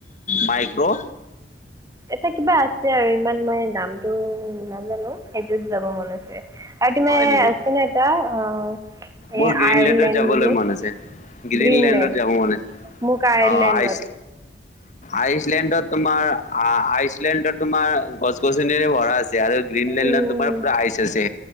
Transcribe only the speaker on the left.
মাইক্ৰ'।
হয় নেকি
মোৰ গ্ৰীণলেডত
যাবলে
মন আছে। গ্ৰীণলেণ্ডত
যাব মন আছে
অ আইচ আইচলেণ্ডত তোমাৰ আইচ আইচলেণ্ডত তোমাৰ গছ-গছনিৰে ভৰা আছে আৰু গ্ৰীনলেণ্ডত
তোমাৰ
পুৰা আইচ আছে